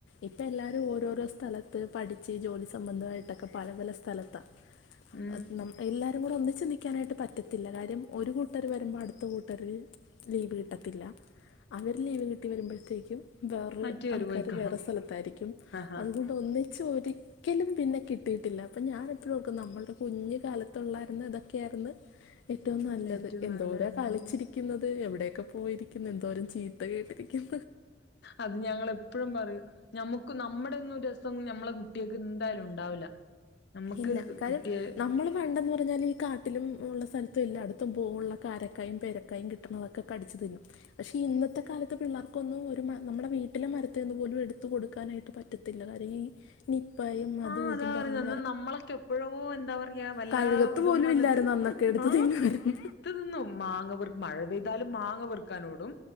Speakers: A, on the left (about 85°); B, on the left (about 65°).
A: ഇപ്പൊ എല്ലാരും ഓരോരോ സ്ഥലത്ത് പഠിച്ച് ജോലി സംബന്ധമായിട്ടൊക്കെ പല പല സ്ഥലത്താ
B: ഉം
A: അത്‌നം എല്ലാരു കൂടെ ഒന്നിച്ച് നിക്കാനായിട്ട് പറ്റത്തില്ല കാര്യം ഒരു കൂട്ടര് വരുമ്പോ അടുത്ത കൂട്ടര് ലീവ് കിട്ടത്തില്ല അവർ ലീവ് കിട്ടി വരുമ്പഴത്തേക്ക്യും. വേറെ
B: മറ്റേവര്
A: ആൾക്കാര്
B: പോയി കാണും
A: വേറെ സ്ഥലത്തായിരിക്കും
B: ആഹാ
A: അതുകൊണ്ട് ഒന്നും ചോദി ക്കലും പിന്നെ കിട്ടിട്ടില്ല പ്പ ഞാൻ എപ്പഴുംഓക്കും നമ്മൾടെ കുഞ്ഞു കാലത്ത് തൊള്ളായിരുന്ന് ഇതൊക്കെയായിരുന്ന് ഏറ്റവും നല്ലത്
B: ഏറ്റവും
A: എന്തോര
B: നല്ല ഉം
A: കളിച്ചിരി ക്യുന്നത് എവിടെയൊക്കെ പോയിരിക്കുന്ന എന്തോരം ചീ തു കേട്ടിരിക്കും.
B: അത് ഞങ്ങള് എപ്പഴും പറയും ഞമ്മുക്ക് നമ്മുടെരുസ് ഇപ്പം നമ്മളെ കുട്ടികൾക്ക് എന്തായാലും ഉണ്ടാവില്ല നമ്മക്ക്
A: ഇല്ല കാര്യം
B: കിട്ടിയെ
A: നമ്മൾ പണ്ടെന്ന് പറഞ്ഞാല് ഈ കാട്ടിലും ഉള്ള സ്ഥലത്തും എല്ലായിടത്തും പോവുള്ള കാരക്കായും പേരക്ക ക്കായും കിട്ട്ണതൊക്കെ കടിച്ചു തിന്നും പക്ഷേ ഇന്നത്തെ കാലത്തെ പിള്ളാർക്കൊന്നും ഒരു നമ്മുടെ വീട്ടിലെ മരതീ ന്ന് പോലും എടുത്തു കൊടുക്കാനായിട്ട് പറ്റത്തി ത്തില്ല കാര്യം ഈ നിപ്പായും അതും
B: ആഹ് അതാ
A: ഇതും
B: പറയുന്നത്
A: പറഞ്ഞ
B: എന്നാ നമ്മളൊക്കെ എപ്പോഴോ എന്താ പറയാ വല്ലാ
A: കഴുകത്ത്
B: ഇതും
A: പോലും
B: വന്നിട്ട്
A: ഇല്ലായിരുന്നു അന്നൊക്കെ എടുത്ത്
B: ആ
A: തിന്നുമായിരുന്നു
B: ന്നും മാങ്ങ പെർ മഴ പെയ്താലും മാങ്ങ പൊറുക്കാനോടും